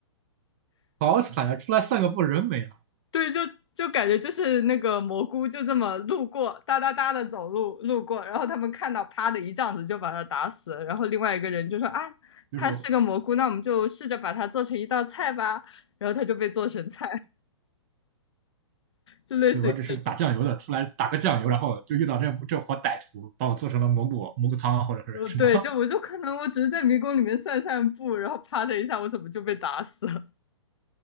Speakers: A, on the right (about 25°); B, on the left (about 65°).
A: 好惨呀！出来散个步人没了，
B: 对，就就感觉就是那个蘑菇就这么路过，哒哒哒的走路路过，然后他们看到，啪的一杖子就把他打死了，然后另外一个人就说啊，
A: 就是
B: 它是个蘑菇，那我们就试着把它做成一道菜吧，然后它就被做成菜，就类似于这种。
A: 对我只是打酱油的，出来打个酱油，然后就遇到这这伙歹徒，把我做成了蘑菇蘑菇汤或者是什么，
B: 呃，对，就我就可能我只是在迷宫里面散散步，然后啪的一下，我怎么就被打死了？